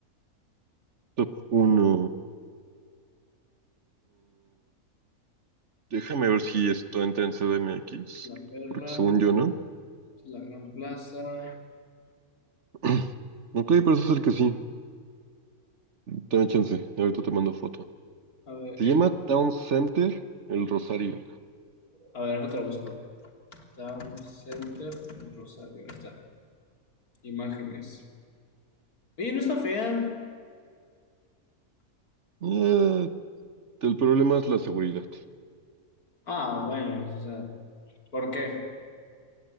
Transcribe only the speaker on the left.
La Perla,
la Gran Plaza.
A ver,
esta-
a ver, otra busco. Town Center, el Rosario. Ahí está. Imágenes. Oye, no está fea.
Ah, bueno, o sea, ¿por qué?